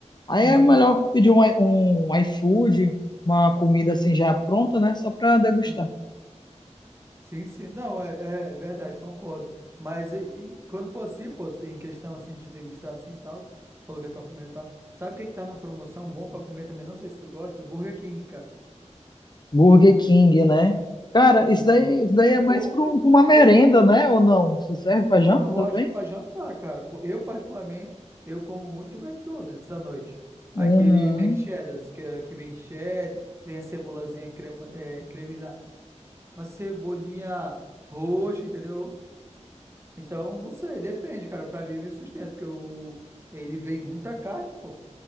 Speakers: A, on the left; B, on the right.
A: Aí
B: uhum,
A: é melhor pedir um, i- um iFood, uma comida assim já pronta, né? Só para degustar.
B: uhum. Sim, sim. Não, é, é verdade, concordo. Mas e- e quando for assim, pô, em questão assim de degustar assim e tal, falou que a tua família tá. Sabe o que é que tá na promoção bom pra comer também? Não sei se tu gosta, Burger King, cara.
A: Burger King, né? Cara,
B: Uhum.
A: isso daí, isso daí é mais
B: Ou,
A: para
B: Mc-
A: uma merenda,
B: ou
A: né? Ou não? Se serve
B: Não,
A: para janta
B: eu
A: também?
B: acho que para jantar, cara. Pô, Eu, particularmente, eu como muito McDonald's à noite.
A: Uhum.
B: Aquele Mac Cheddars, que, é- que vem cheddar, vem a cebolazinha crema, é, creme, na- uma cebolinha roxa, entendeu? Então, não sei, depende, cara. Pra mim, me sustenta, porque eu, ele vem muita carne, pô.